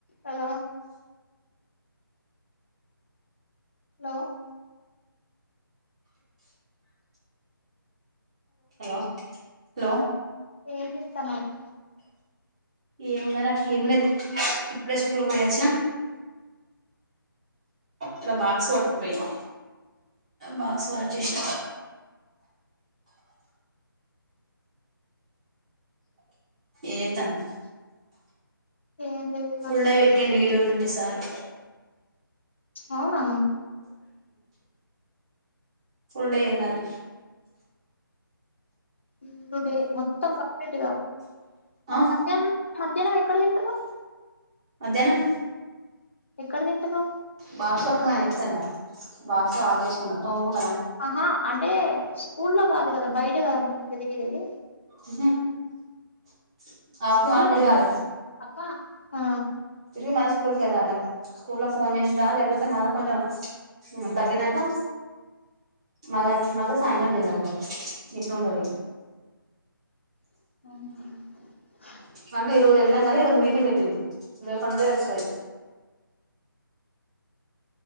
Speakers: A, on the left; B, on the right.
A: Hello hello
B: hello hello
A: ఏం చేతానవ్రా
B: ఏమున్నైరా ఏం లేద్. ఇప్పుడే స్కూల్ పోయొచ్చిన. ఇలా బాక్స్ పట్టుకపోయినవ్. బాక్స్ వాష్ చేశిన. ఏం చేత్తానవ్
A: ఏం లేదురా
B: ఫుల్డే పెట్టిండు ఈ రోజునుండి సారు.
A: అవునా
B: ఫుల్డే ఎళ్ళాలి.
A: ఇంక డే మొత్తం కంప్లీట్గా మరి
B: ఆ
A: పత్యం మధ్యాహ్నం ఎక్కడ తింటరు.
B: మధ్యాహ్నం
A: ఎక్కడ తింటరు.
B: బాక్స్ పట్టుకోమని చెప్తానా. బాక్స్ వాష్ చేసుకున్న తోముకుం
A: ఆహా అంటే స్కూల్ లో కాదు గదా బయట గదా మీరు తిరిగేదీ.
B: ఉహూ <unintelligible>
A: స్కూల్లోనేనా
B: తిరగాలి
A: ఆ ఆ
B: తిరిగి మళ్ళ స్కూల్ కి వెళ్ళాలి స్కూల్ లో ఫోన్ చేస్తా లేకపోతే మళ్ళ కొంచెం హ్మ్ తగ్గినాక మళ్ళా మళ్ళా సాయంత్రం తిరగాల ఇట్లుంటది
A: ఆహా
B: అంటే ఈరోజు వెళ్ళాం కానీ ఈడ మీటింగ్ పెట్ <unintelligible> వస్తాయి